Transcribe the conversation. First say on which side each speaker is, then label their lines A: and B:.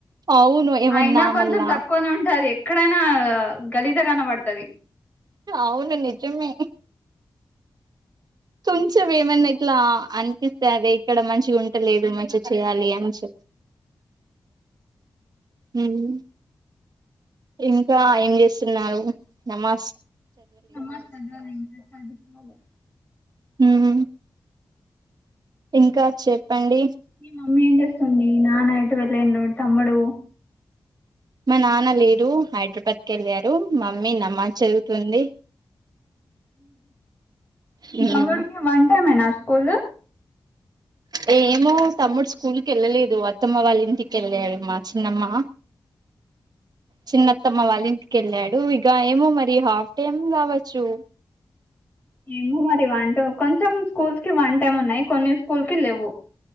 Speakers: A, on the right; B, on the left.
A: అవును ఏమన్నా
B: అయినా కొంచెం
A: మళ్ళా
B: తక్కువనే ఉంటారు ఎక్కడైనా గలీజగా మతది
A: అవును నిజమే కొంచెం ఏమన్నా ఇట్లా అనిపిస్తే అదే ఇక్కడ మంచిగా ఉంటలేదు మంచిగా చేయాలి అ ష హమ్ ఇంకా ఏం చేస్తున్నారు నమాజ
B: అమ్మ చదువాాల ఇం సాదిపోవాలి
A: హ్మ్ ఇంకా చెప్ప ప్పండి
B: మీ మమ్మీ ఏం చేస్తుంది నాన్న ఇటు వెళ్ళం తమ్ముడు
A: మా నాన్న లేరు హైదరాబాద్ కి వెళ్ళారు మా మమ్మీ నమ్మా చదువుతుంది హ్మ్
B: ఇమడికి వన్ంటైమనా కోళ
A: ఏమో తమ్ముడు స్కూల్కి వెళ్ళలేదు అత్తమ్మ వాళ్ళ ఇంటికి వెళ్ళాడు మా చిన్నమ్మా చిన్నత్తమ్మ వాళ్ళ ఇంటికి వెళ్ళాడు ఇక ఏమో మరి హాఫ్ డేనే కావచ్చు
B: ఏమో మరి వన్ టు కొంచెం స్కూల్స్ కి వన్ టైమ్ ఉన్నాయి కొన్ని స్కూల్ కి లేవు